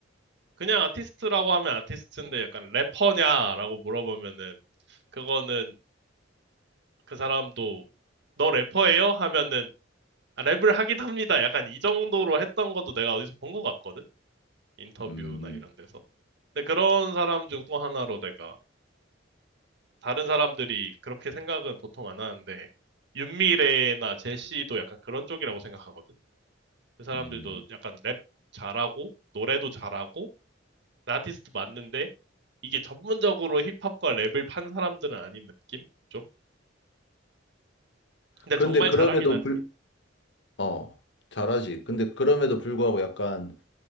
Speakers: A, on the right; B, on the left.
A: 그냥 아티스트라고 하면 아티스트인데 약간 래퍼냐라고 물어보면은 그거는 그 사람도 너 래퍼예요? 하면은 아, 랩을 하긴 합니다. 약간 이 정도로 했던 것도 내가 어디서 본 것 같거든? 인터뷰나
B: 음,
A: 이런 데서. 근데 그런 사람 중 또 하나로 내가 다른 사람들이 그렇게 생각은 보통 안 하는데 윤미래나 제시도 약간 그런 쪽이라고 생각하거든. 그 사람들도
B: 음.
A: 약간 랩 잘하고 노래도 잘하고 그 아티스트 맞는데 이게 전문적으로 힙합과 랩을 판 사람들은 아닌 느낌? 좀? 근데
B: 그런데
A: 정말
B: 그럼에도
A: 잘하긴 하지.
B: 불, 어, 잘하지. 근데 그럼에도 불구하고 약간